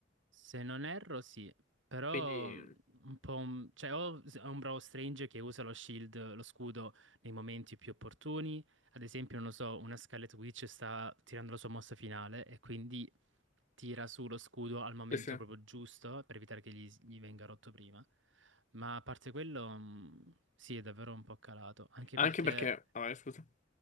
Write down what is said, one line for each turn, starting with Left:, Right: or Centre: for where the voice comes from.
Right: Se non erro, sì, però
Left: Quindi...
Right: mm, un po'... un- Cioè, o s- è un bravo Strange che usa lo shield, lo scudo, nei momenti più opportuni. Ad esempio, non lo so, una Scarlet Witch sta tirando la sua mossa finale e quindi tira su lo scudo al momento
Left: Sì, sì.
Right: proprio giusto per evitare che gli, gli venga rotto prima. Ma a parte quello, mm, sì, è davvero un po' calato, anche
Left: Anche
Right: perché...
Left: perché... Vabbè, scusa.